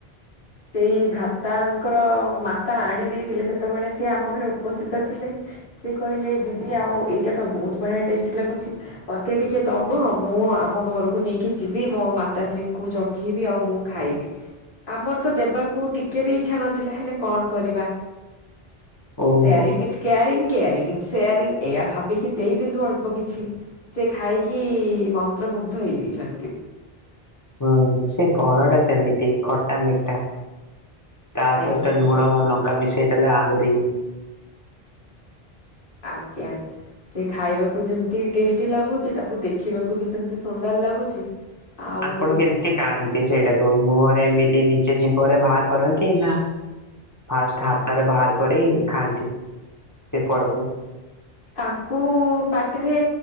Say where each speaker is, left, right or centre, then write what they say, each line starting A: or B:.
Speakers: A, on the left (about 60°); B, on the left (about 20°).
A: ସେଇ ଭ୍ରାତାଙ୍କର ମାତା ଆଣି ଦେଇଥିଲେ, ସେତେ ବେଳେ ସିଏ ଆମ ଘରେ ଉପସ୍ଥିତ ଥିଲେ। ସେ କହିଲେ ଦିଦି ଆଉ ଏଇଟା ତ ବହୁତ ବଢ଼ିଆ ଟେଷ୍ଟି ଲାଗୁଛି। ମତେ ଟିକେ ଦବ ମୁଁ ଆମ ଘର କୁ ନେଇକି ଯିବି ମୋ ମାତାଶ୍ରୀ ଙ୍କୁ ଚଖେଇବି ଆଉ ମୁଁ ଖାଇବି। ଆମର ତ ଦେବାକୁ ଟିକେ ବି ଇଛା ନଥିଲା ହେଲେ କଣ କରିବା।
B: ଓହୋ
A: sharing is caring caring is sharing ଏଇ ଆ ଭାବିକି ଦେଇଦେଲୁ ଅଳ୍ପ କିଛି। ସେ ଖାଇକି-ଇ-ଇ-ଇ ମନ୍ତ୍ରମୁଗ୍ଧ ହେଇ ଯାଇଛନ୍ତି।
B: ହୁଁ ସେ ଫଳ ଟା ସେମିତି ଖଟା, ମିଠା ତା
A: ଆଜ୍ଞା
B: ସହିତ
A: ଆଜ୍ଞା
B: ଲୁଣ ଓ ଲ ଙ୍କା ମିଶେଇ ଦେଲେ ଆହୁରିି।
A: ଆଜ୍ଞା। ସେ ଖାଇବାକୁ ଯେମିତି ଟେଷ୍ଟି ଲାଗୁଛି ତାକୁ ଦେଖିବାକୁ ବି ସେମତି ସୁନ୍ଦର ଲାଗୁଛି। ଆଉ
B: ଆପଣ କେମିତି ଖାଆନ୍ତି ସେଇଟାକୁ ମୁହଁରେ ଏମିତି ନିଜେ ଜୀବରେ ବାହାର କରନ୍ତି ନା ଫାଷ୍ଟ୍ ହାତରେ ବାହାର କରି ଖାଆନ୍ତି ସେ ଫଳକୁ?
A: ତାକୁ-ଉ-ଉ-ଉ ପାଟିରେ